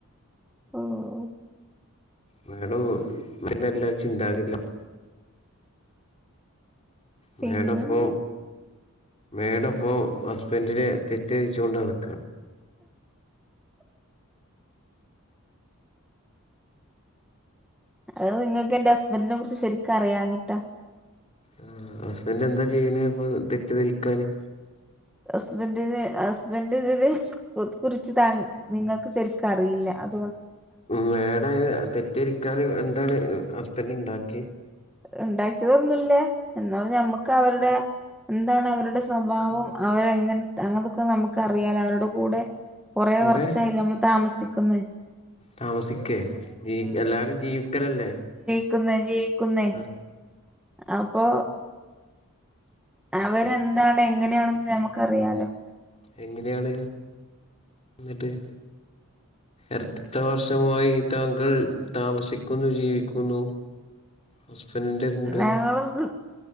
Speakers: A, in the centre; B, on the left.
A: ഓഹ്
B: മാഡം <unintelligible> ചിന്താതില്ല മേഡപ്പം
A: പിന്നെന്താ
B: മേഡപ്പൊ ഹസ്ബന്ഡിനെ തെറ്റിദ്ധരിച്ചോണ്ട് നടക്കാണ്.
A: അത് നിങ്ങക്ക് എൻ്റെ ഹസ്ബൻറിനെ കുറിച്ച് ശരിക്ക് അറിയാഞ്ഞിട്ടാ
B: ആ ഹസ്ബൻഡ് എന്താ ചെയ്യണേ ഇപ്പൊ തെറ്റിദ്ധരിക്കാന്?
A: ഹസ്ബൻഡിന് ഹസ്ബൻഡിതില് കു കുറിച്ച് താ നിങ്ങക്ക് ശരിക്ക് അറിയില്ലാന്ന്
B: മേഡ തെറ്റിരിക്കാന് എന്താണ് ഹസ് ബൻഡ് ഇണ്ടാക്കി?
A: ഇണ്ടാക്കിയതൊന്നുല്ല എന്നാൽ ഞമ്മക്ക് അവരുടെ എന്താണ് അവരുടെ സ്വഭാവം അവരെങ്ങനെത് അങ്ങനത്തൊക്കെ നമുക്കറിയാല അവരുടെ കൂടെ കുറേ
B: കൂടെ
A: വർഷായിലേ നമ്മള് താമസി ക്കമ്മേ
B: താമസിക്കേ ജീ എല്ലാരും ജീവിക്കലല്ലേ.
A: ക്കുന്ന ജീവിക്കുന്നേ
B: ആ
A: അപ്പൊ അവരെന്താണ് എങ്ങനെയാണെന്ന് നമ ക്കറിയാലോ.
B: എങ്ങനെയാണ്? ഇന്നട്ട് എത്ര വർഷമായി താങ്കൾ താമസിക്കുന്നു ജീവിക്കുന്നു. ഹസ് ബൻഡിൻ്റെ കൂടെ
A: ഞങ്ങള്